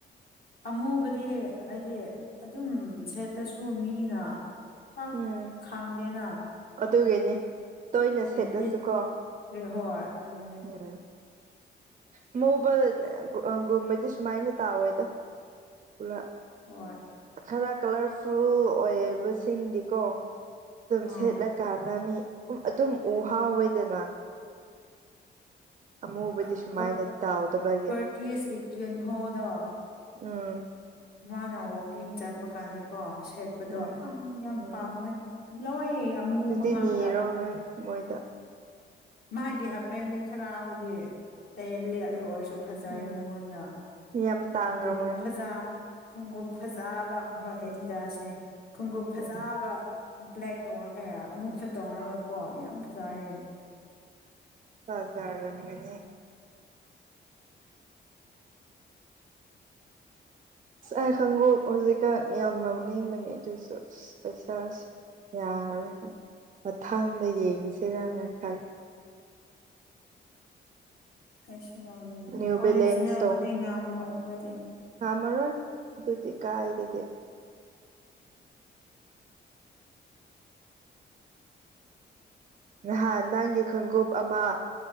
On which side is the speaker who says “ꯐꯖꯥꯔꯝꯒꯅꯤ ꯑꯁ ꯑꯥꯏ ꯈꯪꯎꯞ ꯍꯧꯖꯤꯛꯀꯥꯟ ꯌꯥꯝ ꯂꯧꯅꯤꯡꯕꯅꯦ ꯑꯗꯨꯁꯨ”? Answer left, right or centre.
Right